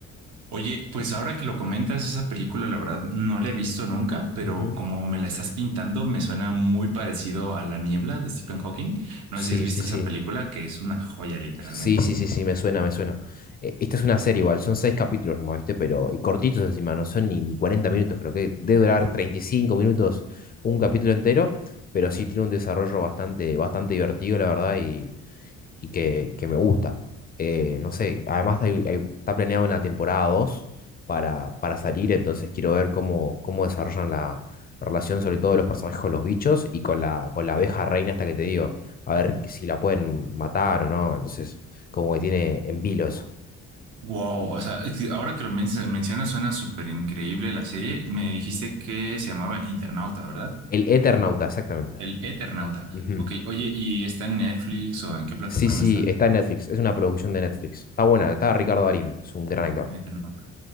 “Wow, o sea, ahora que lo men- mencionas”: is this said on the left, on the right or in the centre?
Right